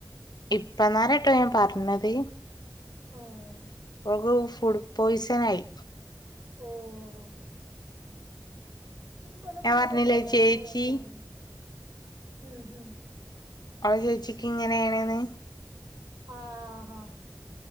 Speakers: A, on the left; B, on the right.
A: ഇപ്പന്നാരാട്ടോ ഞാൻ പറഞ്ഞത്.
B: ഉം
A: ഓൾക്ക് ഫുഡ് പോയ്സൺ ആയി.
B: ഓഹ് അമ്പലത്തിലൊക്കെ
A: ഞാൻ പറഞ്ഞില്ലേ
B: പോവാ അയിന്
A: ചേച്ചി
B: കൊഴപ്പൊന്നുല്ല്യ ഉം ഹും.
A: ആ ചേച്ചിക്ക് ഇങ്ങനെണെന്ന്.
B: ആഹ്ഹാ